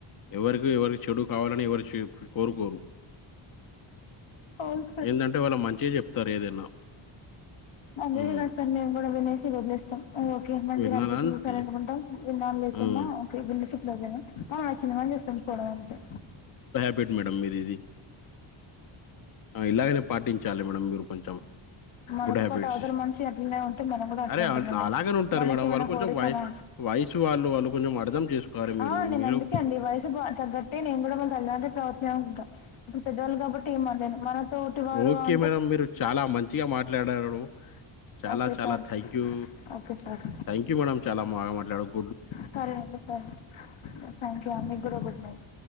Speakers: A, on the left; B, on the left.
A: ఎవరికి ఎవరు చెడు కావాలని ఎవరు చేయీ కోరుకోరు
B: అవును
A: ఏందంటే వాళ్ల మంచిగా చెప్తారు ఏదైనా
B: ఊం అదేగత
A: హ్మ్.
B: సార్ మేము గూడా వినేసి ఓదిలేస్తాం ఓకే మంచిగా
A: విన్నారా
B: అనిపిస్తుంది
A: అంతే.
B: సరె అనుకుంటాం విన్నాలన్ లేకున్నా
A: హ్మ్.
B: ఓకే ఇప్డదేన <unintelligible> ఆ చిన్న మామనుచేసుకొని పోవడమే అంతే
A: ట్ మేడమ్ ఇది ఇది ఆ ఇలాగే రేప్ పాటించాలి మేడం మీరు కొంచెం
B: మనతో
A: గుడ్ హ్యాబిట్స్
B: పాటు అవతల మనిషి అట్లనే ఉంటే మనం కూడా అట్లే
A: అరే
B: ఉంటామండి
A: అ అలాగనే ఉంటారు
B: మనకేమైనా
A: మేడం వారు కొంచెం
B: కోరికనా
A: వయ వయసు వాళ్ళు వాళ్ళు కొంచెం అర్థం చేసుకోవాలి మీరు
B: ఆ నేను
A: మీరు
B: అందుకే
A: కు
B: అండి వయసు తగ్గటె నేను కూడా మన <unintelligible> ఉంటా ఇప్పుడు పెద్దవాళ్ళు కాబట్టి ఏమనలేము మన తోటి వారు
A: ఓకే
B: ఆ
A: మేడం మీరు చాలా మంచిగా మాట్లాడారు చాల
B: ఓకే
A: చాలా
B: sir
A: thank you
B: okay sir
A: thank you madam చాలా మాగా మాట్లాడు
B: సరే అండి సరె థ్యాంక్ యూ అ మీకూడా గుడ్ నైట్